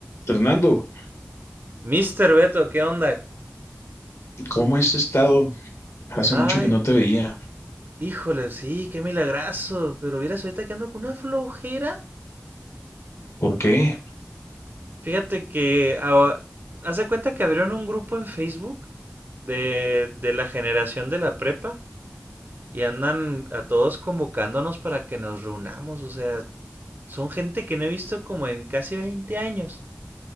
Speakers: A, on the left; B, on the right.
A: Fernando,
B: Mister Beto, ¿qué onda?
A: ¿cómo has estado? Hace
B: Ay,
A: mucho que no te veía.
B: híjole, sí, qué milagrazo. Pero vieras ahorita que ando con una flojera.
A: ¿Por qué?
B: Fíjate que ahora- haz de cuenta que abrieron un grupo en Facebook de, de la generación de la prepa y andan a todos convocándonos para que nos reunamos. O sea, son gente que no he visto como en casi 20 años.